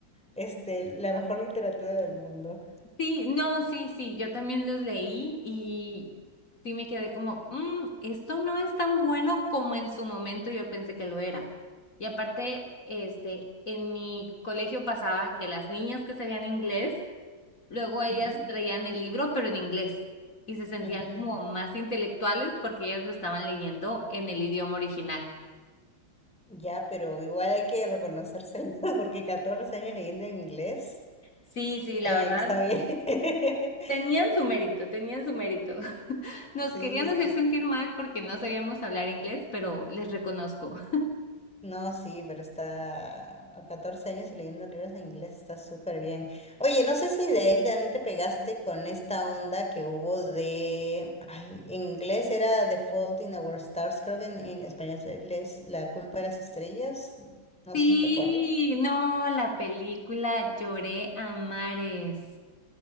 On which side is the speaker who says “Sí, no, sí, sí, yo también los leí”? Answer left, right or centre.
Left